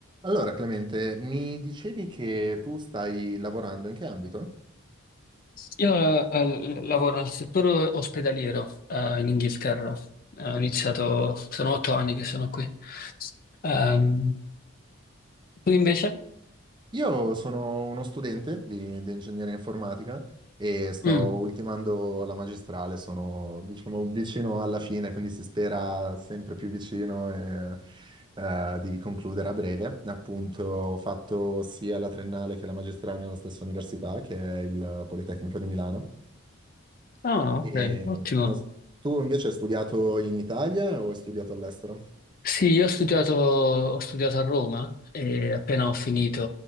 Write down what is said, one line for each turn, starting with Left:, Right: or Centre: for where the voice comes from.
Right: Allora, Clemente, mi dicevi che tu stai lavorando in che ambito?
Left: Io eh, lavoro nel settore ospedaliero eh, in Inghilterra. Eh, ho iniziato, sono otto anni che sono qui. Ehm, tu invece?
Right: Io sono uno studente di, di ingegneria informatica e sto
Left: Mm.
Right: ultimando la magistrale, sono diciamo vicino alla fine, quindi si spera sempre più vicino e, eh, di concludere a breve. Appunto, ho fatto sia la triennale che la magistrale nella stessa università, che è il Politecnico di Milano.
Left: Ah,
Right: E
Left: ok, ottimo.
Right: non s- tu invece hai studiato in Italia o hai studiato all'estero?
Left: Sì, io ho studiato, ho studiato a Roma e appena ho finito,